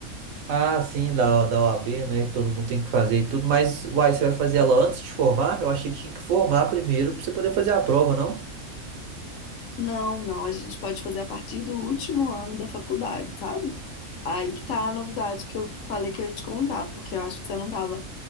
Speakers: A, on the right; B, on the left.
A: Ah, sim, da, da OAB, né? Todo mundo tem que fazer e tudo, mas uai, você vai fazer ela antes de formar? Eu achei que tinha que formar primeiro pra você poder fazer a prova, não?
B: Não, não, a gente pode fazer a partir do último ano da faculdade, sabe? Aí que tá a novidade que eu falei que eu ia te contar, porque eu acho que você não tava.